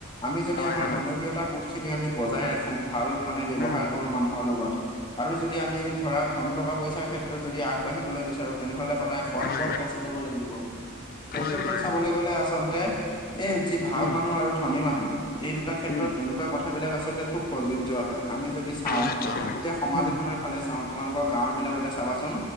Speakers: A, on the left; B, on the left.
A: আমি যদি
B: হয়,
A: আমাৰ
B: হয়,
A: মানৱীয়তা বহুত খিনি আমি বজাই ৰাখো ভাল মানে ব্যৱহাৰ
B: উম,
A: কৰো মানুহৰ লগত আৰু যদি আমি ধৰা ধন- টকা পইচাৰ ক্ষেত্ৰত যদি আগবাঢ়িবলৈ বিচাৰো তেনেহ'লে সদায় সৎ
B: হয়,
A: পথ বাচ লব লাগিব। সেই
B: হয়,
A: ক্ষেত্ৰত চাবলৈ
B: হয়,
A: গ'লে আচলতে এ যি ভাল
B: উম,
A: মানুহ আৰু ধনী মানুহ এই দুটা ক্ষেত্ৰত
B: উম,
A: এনেকুৱা কথাবিলাক আচলতে খুব প্ৰযোজ্য হয় আমি যদি চাওঁ
B: প্ৰযোজ্য হয়,
A: এতিয়া সমাজ
B: উম,
A: এখনৰ ফালে চাওঁ তোমালোকৰ গাঁওৰ বিলাকতে চাবাচোন